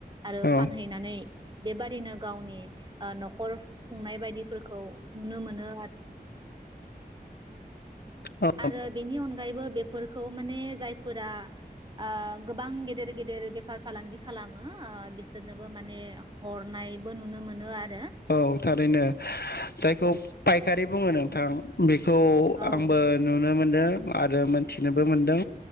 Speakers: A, on the right (about 30°); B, on the left (about 75°).
A: आरो
B: औ
A: फानहैनानै बेबादिनो गावनि नखर खुंनाय बायदिफोरखौ नुनो मोनो
B: औ
A: आरो बेनि अनगायैबो बे फोरखौ माने जायफोरा ओ गोबां गेदेर गेदेर फालांगि खालामो ओ बिसोरनोबो माने हरनायबो नुनो मोनो आरो
B: औ थारैनो जायखौ फायखारि बुङो नोंथां बे औ
A: औ
B: आंबो नुनो मोनो आरो मोनथिनोबो मोनदों